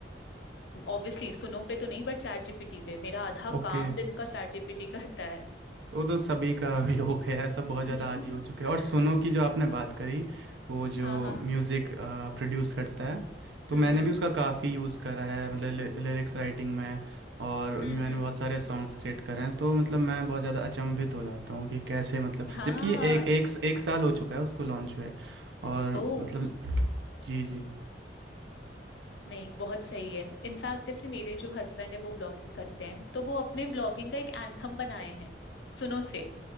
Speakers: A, on the left; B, on the right.
A: ऑब्वियसली सुनो पे तो नहीं बट चैट जीपीटी पे मेरा आधा
B: ओके
A: काम दिन का चैट जीपीटी करता है
B: वो तो सभी का <laughs> अभी हो गया है सब बहुत
A: <laughs>
B: ज़्यादा आदी हो चुके हैं और सुनो की जो आपने
A: हाँ
B: बात करी वो जो
A: हाँ हाँ
B: म्यूज़िक प्रोड्यूस करता है तो
A: हम्म
B: मैंने
A: हम्म
B: भी उसका काफ़ी यूज़ करा है मतलब लिरिक्स राइटिंग में और
A: हम्म
B: मैंने
A: हम्म
B: बहुत सारे सॉन्ग्स क्रिएट करे हैं तो मतलब मैं बहुत ज़्यादा अचंभित हो जाता हूँ कि कैसे मतलब
A: हाँ
B: जबकि ये एक एक एक साल हो चुका है उसको लॉन्च हुए और
A: ओ
B: मतलब जी जी
A: नहीं बहुत सही है इनफैक्ट जैसे मेरे जो हस्बैंड है वो ब्लॉगिंग करते हैं तो वो अपने ब्लॉगिंग का एक एंथम बनाए हैं सुनो से